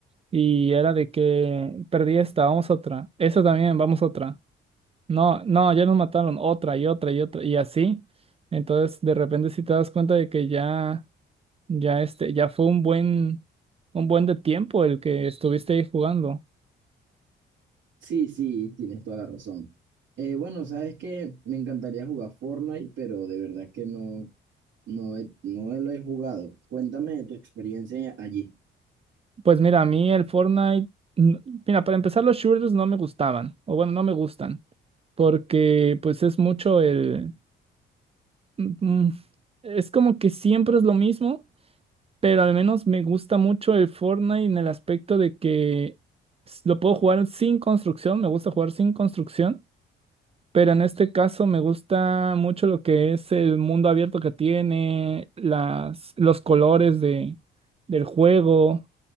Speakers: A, on the right (about 30°); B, on the right (about 70°).
A: y era de que perdí esta, vamos a otra, esta también, vamos a otra. No, no, ya nos mataron otra y otra y otra y así. Entonces, de repente si te das cuenta de que ya, ya este, ya fue un buen, un buen de tiempo el que estuviste ahí jugando.
B: Sí, sí, tienes toda la razón. Eh, bueno, sabes que me encantaría jugar Fortnite, pero de verdad que no, no, he- no lo he jugado. Cuéntame de tu experiencia allí.
A: Pues mira, a mí el Fortnite, n- mira, para empezar los shooters no me gustaban, o bueno, no me gustan, porque pues es mucho el, mm, mm, es como que siempre es lo mismo, pero al menos me gusta mucho el Fortnite en el aspecto de que s- Lo puedo jugar sin construcción, me gusta jugar sin construcción Pero en este caso me gusta mucho lo que es el mundo abierto que tiene, las, los colores de, del juego